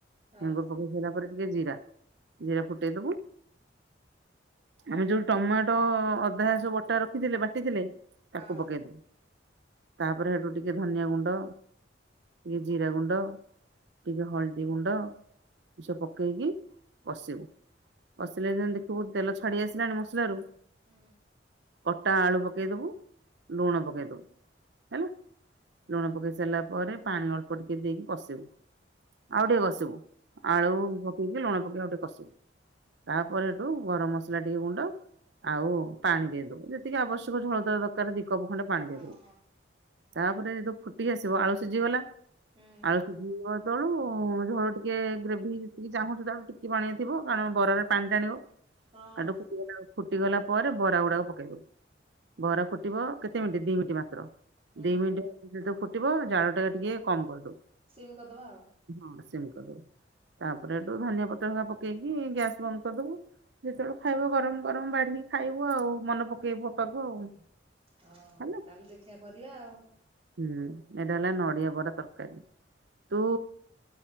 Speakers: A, on the right; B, on the right.
A: ହଁ ହଁ ହୁଁ ହଁ
B: ହେଙ୍ଗୁ ପକେଇ ସାରିଲା ପରେ ଟିକେ ଜିରା- ଜିରା ଫୁଟେଇଦବୁ ଆମେ ଯଉ ଟମାଟୋ ଅଧା ସବୁ ବଟା ରଖିଥିଲେ ବାଟିଥିଲେ
A: ହଁ
B: ତାକୁ ପକେଇଦବୁ ତାପରେ ହେଟୁ ଟିକେ ଧନିଆ ଗୁଣ୍ଡ ଟିକେ ଜିରା ଗୁଣ୍ଡ ଟିକେ ହଳଦୀ ଗୁଣ୍ଡ ଏମିତି ସବୁ ପକେଇକି କସିବୁ କଶିଲେ ଯେମିତି ଦେଖିବୁ ତେଲ ଛାଡ଼ି ଆସିଲାଣି ମସଲାରୁ
A: ହୁଁ।
B: କଟା ଆଳୁ ପକେଇଦବୁ ଲୁଣ ପକେଇଦବୁ ହେଲା। ଲୁଣ ପକେଇ ସାରିଲା ପରେ ପାଣି ଅଳ୍ପ ଟିକେ ଦେଇକି କଷିବୁ ଆଉ ଟିକେ କଷିବୁ ଆଳୁ ପ ପକେଇକି ଲୁଣ ପକେଇ ଆଉ ଟିକେ କଷିବୁ ତାପରେ ହେଟୁ ଗରମ୍ ମସଲା ଟିକେ ଗୁଣ୍ଡ ଆଉ ପାଣି ଦେଇଦବୁ ଯେତିକି ଆବଶ୍ୟକ ଝୋଳ ତର ଦରକାରେ ଦି କପ୍ ଖଣ୍ଡେ ପାଣି
A: ହଁ
B: ଦେଇଦବୁ। ତାପରେ ଯେହେତୁ ଫୁଟି ଆସିବ ଆଳୁ ସିଜିଗଲା
A: ହୁଁ
B: ଆଳୁ ସିଜିଜିବ ଯେତେବେଳୁ ଝୋଳ ଟି ଟିକେ ଗ୍ରେଭି ଯେତିକି ଚାହୁଁଚୁ ତାକୁ ଟିକେ ପାଣିଆ ଥିବ କାରଣ ବରାରେ ପାଣି ଟାଣିବ
A: ହଁ
B: କାଠୁ ଫୁଟିଗଲା ଆଉ ଫୁଟିଗଲା ପରେ ବରା ଗୁଡ଼ାକ ପକେଇ ଦବୁ ବରା ଫୁଟିବ କେତେ ମିଣ୍ଟି ଦି ମିନିଟ୍ ମାତ୍ର
A: ହୁଁ
B: ଦି ମିଣ୍ଟି ଯେତେ ଫୁଟିବ ଜାଳ ଟା ଟିକେ କମ୍ କରିଦବୁ।
A: ସିମ୍ କରିଦବା ଆଉ
B: ହଁ ସିମ୍ କରିଦବୁ ତାପରେ ଏଠୁ ଧନିଆ ପତ୍ରହେରୀକା ପକେଇକି ଗ୍ୟାସ ବନ୍ଦ କରିଦବୁ। ଯେତେବେଳୁ ଖାଇବ ଗରମ ଗରମ ବାଢ଼ିକି ଖାଇବୁ ଆଉ ମନେ ପକେଇବୁ ଅପାକୁ ଆଉ
A: ହଁ
B: ହେଲା।
A: କାଲି ଦେଖିବା କରିବା ଆଉ।
B: ହୁଁ ଏଇଟା ହେଲା ନଡ଼ିଆ ବରା ତରକାରୀ ତୁ